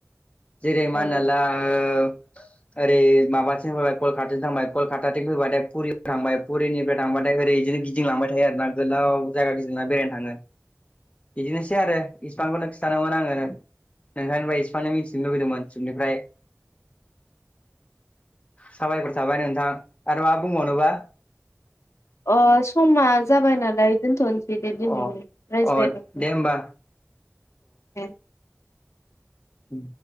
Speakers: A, on the left (about 25°); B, on the left (about 75°).
A: जेरै
B: औ
A: मा होनना ला ओरै माबाथिं फैबाय कलकाताथिं थांबाय कलकाताथिं फैबायाथाय पुरियाव थांबाय फुरिनिफ्राय थांबाथाय ओरै इदिनो गिदिंलांबाय थायो आरोना गोलाव जायगा गिदिंना बेरायनो थाङो बिदिनोसै आरो इसिबांखौनो खिथानोमोन आङो। नोंथांनिफ्राय इसिबानो मिथिनो लुुबैदोंमोन सपनिफ्राय साबायखर थाबाय नोंथां आरो मा बुंबावनोबा
B: अ समा जाबाय नालाय दोनथ'नोसै दे दिनैनि
A: अ
B: रायज्लायनायखौ
A: अ दे होमबा
B: ए
A: उ